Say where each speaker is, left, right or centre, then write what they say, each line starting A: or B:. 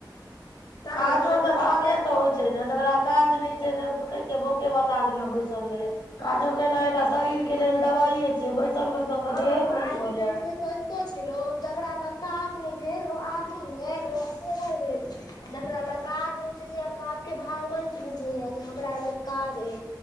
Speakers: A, on the left; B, on the left.
A: तैं
B: काजो
A: ने हिनका
B: तऽ भागे
A: सबके
B: स होइ छै न जकरा काज नहि छै तऽ, देखय छियै बौंके-बताह जेना बैसल रहैयैं। काजो केनाइ एकटा शरीर के लेल दवाइए छै, बैसल- बैसल
A: हँ
B: तऽ देहे बहिर
A: आइ
B: भऽ
A: के डेट
B: जैत।
A: मे कहितो छै लोक जकरा लग काज नहि भेल ओ आदमी भेल ओ अजेगर भेल। जकरा लग काज होइ छै से अपना आप के भागवंत बुझय यै जे हमरा लग काज अय।